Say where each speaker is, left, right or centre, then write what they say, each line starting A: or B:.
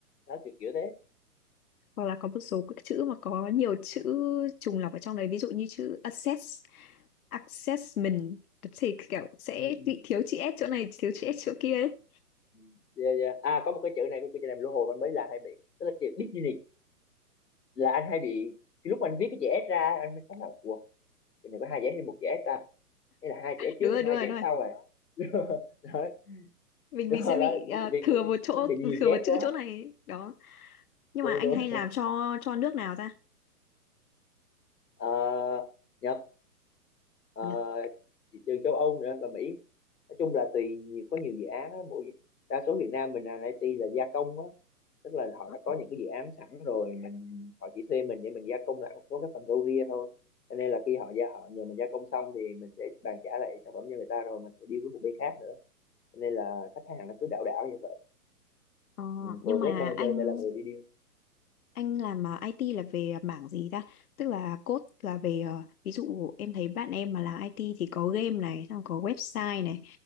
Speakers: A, on the left; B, on the left.
A: đó kiểu kiểu thế
B: Hoặc là có một số các chữ mà có nhiều chữ trùng lặp ở trong đấy, ví dụ như chữ assess, assessment thì kiểu sẽ
A: ừ, ừ.
B: bị thiếu chữ S chỗ này, thiếu chữ S chỗ kia ấy.
A: ừ. yeah, yeah. à có một cái chữ này cái chữ này lũ hồi anh mới làm hay bị tức là chữ Disney là anh hay bị lúc mà anh viết cái chữ S ra anh mới cảm là ủa chữ này có hai chữ S hay một chữ S ta hay là hai chữ S trước
B: Đúng rồi,
A: hay
B: đúng
A: hai
B: rồi,
A: chữ
B: đúng
A: S
B: rồi.
A: sau à <laughs> đó
B: Mình
A: đúng
B: mình sẽ
A: rồi
B: bị
A: đó
B: à,
A: Disney
B: thừa một chỗ,
A: nó bị nhiều
B: thừa
A: chữ S
B: một chữ
A: quá
B: chỗ này ấy. đó. Nhưng
A: đúng
B: mà anh
A: đúng
B: hay làm cho cho nước nào ta?
A: ờ, Nhật ờ,
B: Nhật.
A: thị trường châu Âu nữa và Mỹ nói chung là tùy nhiều, có nhiều dự án á, mỗi đa số Việt Nam mình làm IT là gia công á tức là họ
B: ờ,
A: đã có những cái dự án sẵn rồi mình họ chỉ thuê mình để mình gia công lại một số cái phần râu ria thôi cho nên là khi họ gia họ nhờ mình gia công xong thì mình sẽ bàn trả lại sản phẩm cho người ta rồi mình sẽ deal với một bên khác nữa cho nên là khách hàng nó cứ đảo đảo như vậy
B: Ờ,
A: ừ,
B: nhưng
A: project
B: mà
A: manager
B: anh
A: sẽ là người đi deal
B: Anh làm à, IT là về mảng gì ta? Tức là code là về ờ, ví dụ em thấy bạn em mà làm IT thì có game này, xong có website này,